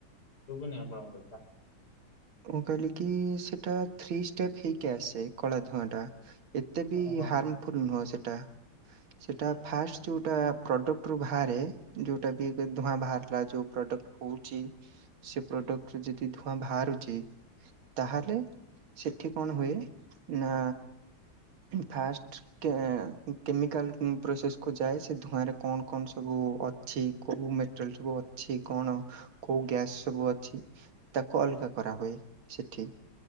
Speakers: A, on the left; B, on the right.
A: ଶୁଭୁନି ଆପଣ କଥା।
B: ମୁଁ କହିଲି କି ସେଇଟା ଥ୍ରୀ ଷ୍ଟେପ ହେଇକି ଆସେ ଏ କଳା ଧୁଆଁ ଟା। ଏତେ ବି
A: ହଁ ହଁ
B: ହାର୍ମଫୁଲ ନୁହଁ ସେଇଟା। ସେଇଟା ଫାଷ୍ଟ ଯୋଉଟା ପ୍ରଡକ୍ଟ ରୁ ବାହାରେ ଯୋଉଟା ବି ଧୂଆଁ ବାହାରିଲା ଯୋଉ ପ୍ରଡ୍ ହଉଛି ସେ ପ୍ରଡକ୍ଟ ଯଦି ଧୂଆଁ ବାହାରୁ ଛି ତାହେଲେ ସେଠି କଣ ହୁଏ ନା। ଫାଷ୍ଟ କେ କେମିକାଲ ପ୍ରୋସେସ୍ କୁ ଯାଏ ସେ ଧୂଆଁ ରେ କଣ କଣ ସବୁ ଅ କୋଉ ମଟେରିଆଲ ସବୁ ଅଛି କଣ କୋଉ ଗ୍ୟାସ ସବୁ ଅଛି ତାକୁ ଅଲଗା କରାହୁଏ ସେଠି